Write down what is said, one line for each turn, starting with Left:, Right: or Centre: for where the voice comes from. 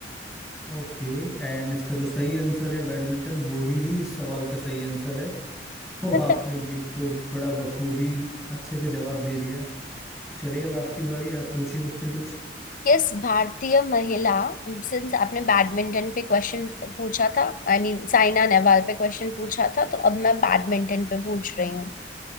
Centre: ओके एंड इसका जो सही आंसर है बैडमिंटन वही ही इस सवाल का सही आंसर है तो
Left: <laughs>
Centre: आपने ये तो बड़ा बखूबी अच्छे से जवाब दे दिया चलिए अब आपकी बारी आप पूछिए मुझसे कुछ
Left: किस भारतीय महिला सिंस आपने बैडमिंटन पे क्वेश्चन पूछा था आई मीन साइना नेहवाल पे क्वेश्चन पूछा था तो अब मैं बैडमिंटन पे पूछ रही हूँ